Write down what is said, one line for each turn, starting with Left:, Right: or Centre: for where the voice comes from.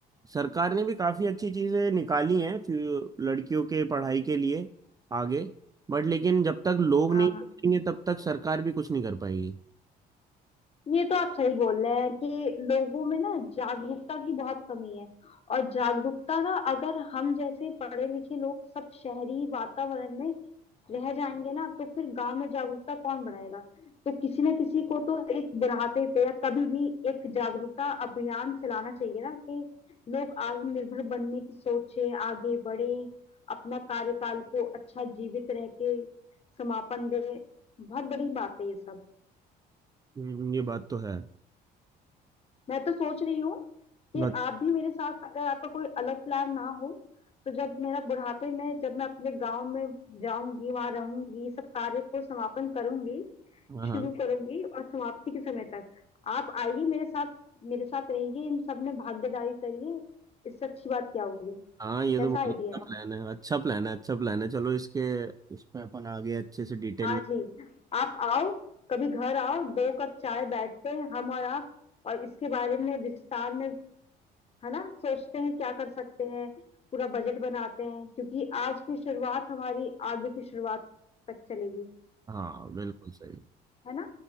Right: सरकार ने भी काफी अच्छी चीजें निकाली हैं फ्यू- लड़कियों के पढ़ाई के लिए आगे बट लेकिन जब तक लोग
Left: हाँ
Right: नहीं सोचेंगे
Left: हाँ
Right: तब तक सरकार भी कुछ नहीं कर पाएगी
Left: ये तो आप सही बोल रहे हैं कि लोगों में ना जागरूकता की बहुत कमी है और जागरूकता ना अगर हम जैसे पढ़े लिखे लोग सब शहरी वातावरण में रह जाएंगे ना तो फिर गांव में जागरूकता कौन बढ़ाएगा तो किसी ना किसी को तो एक बुढ़ापे पे या कभी भी एक जागरूकता अभियान चलाना चाहिए ना कि लोग आत्मनिर्भर बनने की सोचे आगे बढ़े अपना कार्यकाल को अच्छा जीवित रह के समापन दे बहुत बड़ी बात है ये सब
Right: हम्म, ये बात तो है
Left: मैं तो सोच रही हूँ कि
Right: बट
Left: आप भी मेरे साथ अगर आपका कोई अलग प्लान ना हो तो जब मेरा बुढ़ापे में जब मैं अपने गांव में जाऊंगी वहां रहूंगी सब कार्य को समापन करूंगी
Right: हाँ
Left: शुरू करूंगी और समाप्ति के समय तक आप आइए मेरे साथ मेरे साथ रहिए इन सब में भागीदारी करिए इससे अच्छी बात क्या होगी
Right: हाँ ये
Left: कैसा
Right: तो बहुत
Left: आइडिया
Right: अच्छा
Left: है
Right: प्लान है अच्छा प्लान है अच्छा प्लान है चलो इसके इस पे अपन आगे अच्छे से डिटेल
Left: हाँ
Right: में
Left: जी आप आओ कभी घर आओ दो कप चाय बैठते हैं हम और आप और इसके बारे में विस्तार में है ना सोचते हैं क्या कर सकते हैं पूरा बजट बनाते हैं क्योंकि आज की शुरुआत हमारी आगे की शुरुआत तक चलेगी
Right: हाँ बिल्कुल सही
Left: है ना